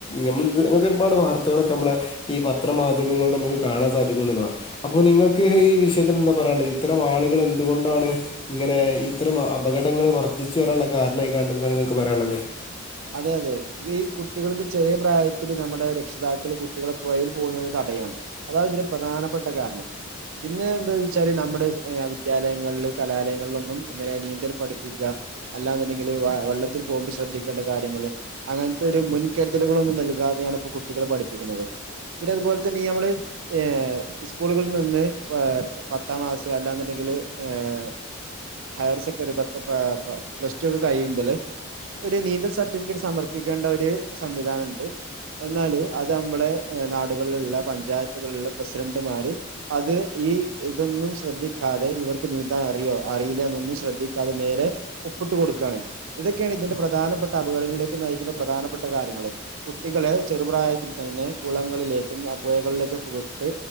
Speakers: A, on the left; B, on the right.
A: നമ്മൾ അങ്ങനത്തെ ഒരുപാട് വാർത്തകളൊക്കെ നമ്മളെ ഈ പത്രമാധ്യമങ്ങളോട് നമുക്ക് കാണാൻ സാധിക്കും അപ്പൊ നിങ്ങൾക്ക് ഈ വിഷയത്തിൽ എന്താ പറയാനുള്ളത് ഇത്തരം ആളുകൾ എന്തുകൊണ്ടാണ് ഇങ്ങനെ ഈ ഇത്തരം അപകടങ്ങൾ വർദ്ധിച്ചു വരാനുള്ള കാരണായി കണ്ട് എന്താ നിങ്ങൾക്ക് പറയാനുള്ളത്
B: അതെ അതെ ഈ കുട്ടികൾക്ക് ചെറിയ പ്രായത്തില് നമ്മുടെ രക്ഷിതാക്കള് കുട്ടികള് പൊയേൽ പോകുന്നത് തടയാണ് അതാണ് ഇതിന്റെ പ്രധാനപ്പെട്ട കാരണം പിന്നെ എന്താ വെച്ചാല് നമ്മുടെ വിദ്യാലയങ്ങളില് കലാലയങ്ങളിലൊന്നും ഇങ്ങനെ നീന്തൽ പഠിപ്പിക്കുക അല്ലാെന്നുണ്ടെങ്കില് വെള്ളത്തിൽ പോകുമ്പോ ശ്രദ്ധിക്കേണ്ട കാര്യങ്ങങ്ങള് അങ്ങനത്തെ ഒരു മുൻകരുതലുകളൊന്നും നൽകാതെയാണ് ഇപ്പോ കുട്ടികളെ പഠിപ്പിക്കുന്നത് പിന്നെ അതുപോലെ തന്നെ ഈ ഞമ്മള് ഏഹ് സ്കൂളുകളിൽ നിന്ന് പത്താം ക്ലാസ് അല്ലാന്ന്ണ്ടെങ്കി ല് ഏഹ് ഹയർ സെക്കഡറി ഏഹ് പത്ത് പ്ല ടു ഒക്കെ കഴിയുമ്പല് ഒരു നീന്തൽ സർട്ടിഫിക്കറ്റ് സമർപ്പിക്കേണ്ട ഒരു സംവിധാനണ്ട് എന്നാല് അത് നമ്മുടെ നാടുകളിലുള്ള പഞ്ചായത്തുകളിലുള്ള പ്രസിഡന്റുമാര് അത് ഈ ഇതൊന്നും ശ്രദ്ധിക്കാതെ ഇവർക്ക് നീന്താൻ അറിയോ അറിയില്ല എന്നൊന്നും ശ്രദ്ധിക്കാതെ നേരെ ഒപ്പി ട്ട് കൊടുക്കാണ് ഇതൊക്കെയാണ് ഇതിന്റെ പ്രധാനപ്പെട്ട അപകടങ്ങളിലേക്ക് നയിക്കുന്ന പ്രധാനപ്പെട്ട കാര്യങ്ങള് കുട്ടികളെ ചെറുപ്രായത്തിൽ തന്നെ കുളങ്ങ ളി ലേക്കും ആ പുഴകളിലേക്കൊക്കെ വിട്ട്